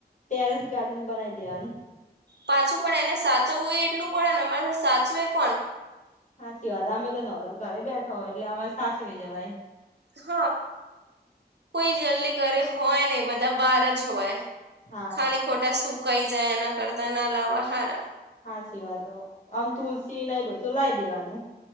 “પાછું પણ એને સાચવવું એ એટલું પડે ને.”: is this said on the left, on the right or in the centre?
Right